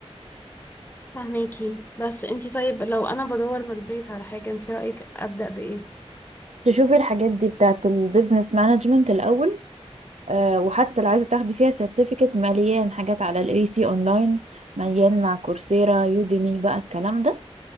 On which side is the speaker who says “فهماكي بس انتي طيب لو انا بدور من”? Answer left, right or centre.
Left